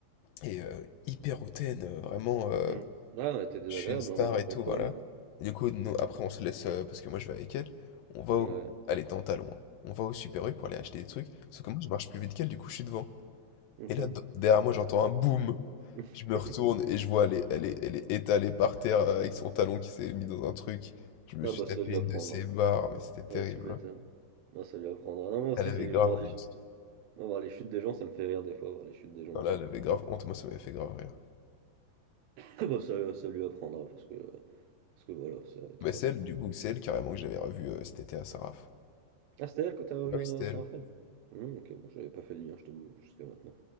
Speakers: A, on the left; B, on the right.
A: Et euh, hyper hautaine, euh, vraiment. euh,
B: Mm. Ouais, on a été désagréable,
A: je suis une star
B: hein, Moi, j'ai
A: et
B: pas
A: tout,
B: trop
A: voilà.
B: aimé. hein.
A: Et du coup, nous, après, on se laisse, euh, parce que moi, je vais avec elle, on va au...
B: Ouais,
A: Elle était en talons, hein. On va au Super U pour aller acheter des trucs, sauf que moi, je marche plus vite qu'elle, du coup, je suis devant.
B: ok.
A: Et là, d- derrière moi, j'entends un boum.
B: <laughs>
A: Je me retourne et je vois, elle est, elle est, elle est étalée par terre euh, avec son talon qui s'est mis dans un truc. Je me
B: Ah
A: suis
B: bah
A: tapé
B: ça lui apprendra.
A: une de ses barres, mais c'était terrible.
B: Ah, tu m'étonnes.
A: hein.
B: Ah, ça lui apprendra. Non, moi aussi,
A: Elle avait
B: c'est
A: grave
B: je vois
A: honte.
B: les... moi, voir les chutes des gens, ça me fait rire des fois, voir les chutes des gens
A: Non,
B: aussi.
A: là, elle avait grave honte, moi, ça m'avait fait grave rire.
B: <laughs> Ah bah ça, ça lui apprendra parce que parce que voilà, ça était
A: Mais
B: pas
A: c'est
B: sympa.
A: elle, du coup, c'est elle carrément que j'avais revue euh, cet été à Saraf.
B: Ah, c'était elle que t'as revu
A: Ah oui,
B: à
A: c'était
B: Saint-Raphaël?
A: elle.
B: Hmm, ok, moi j'avais pas fait le lien, je t'avoue, jusqu'à maintenant.